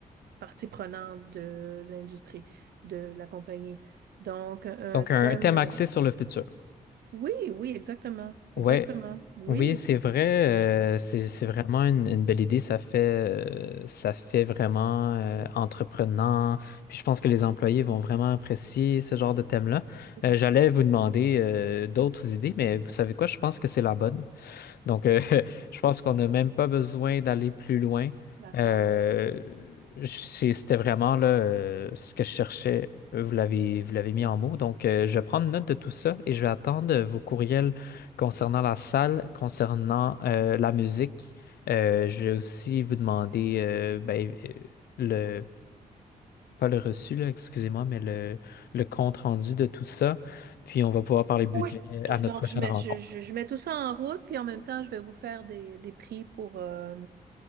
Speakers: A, on the right; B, on the left.
A: partie prenante de l'industrie, de la compagnie. Donc, un
B: Donc, un
A: thème.
B: thème axé sur le futur.
A: Oui, oui, exactement.
B: Ouais,
A: Exactement. Oui.
B: Oui, c'est vrai, euh, c'est c'est vraiment une, une belle idée. Ça fait euh, ça fait vraiment euh, entreprenant. Puis je pense que les employés vont vraiment apprécier ce genre de thème-là.
A: Oui,
B: Euh, j'allais vous demander euh, d'autres idées, mais vous savez quoi? Je pense que c'est la bonne. Donc, euh, <laughs> je pense qu'on n'a même pas besoin d'aller plus loin.
A: d'accord.
B: Euh, je- c'est- c'était vraiment là, euh, ce que je cherchais. Euh, Vous l'avez, vous l'avez mis en mots. Donc, euh, je vais prendre note de tout ça et je vais attendre vos courriels concernant la salle, concernant euh, la musique. Euh, je vais aussi vous demander, euh, ben, euh, le, pas le reçu, là, excusez-moi, mais le, le compte rendu de tout ça. Puis, on va pouvoir parler budget
A: Oui. Je-
B: à notre
A: Donc,
B: prochaine
A: je mets,
B: rencontre.
A: je, je- je mets tout ça en route, puis en même temps, je vais vous faire des, des prix pour, euh,